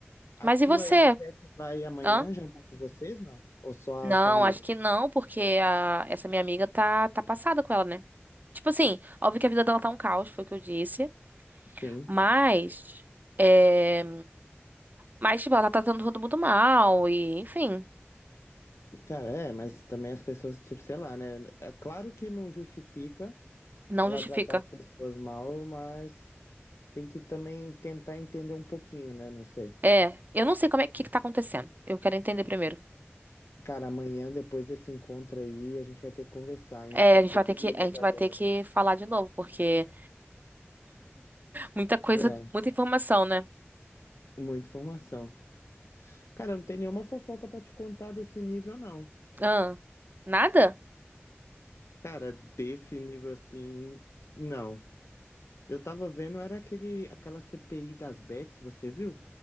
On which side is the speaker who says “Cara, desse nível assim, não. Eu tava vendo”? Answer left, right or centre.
Left